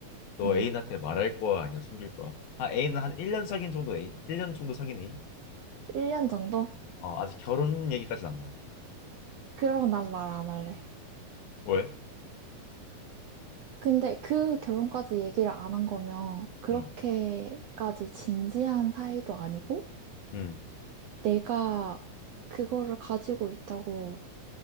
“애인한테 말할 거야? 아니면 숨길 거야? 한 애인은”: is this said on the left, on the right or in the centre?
Left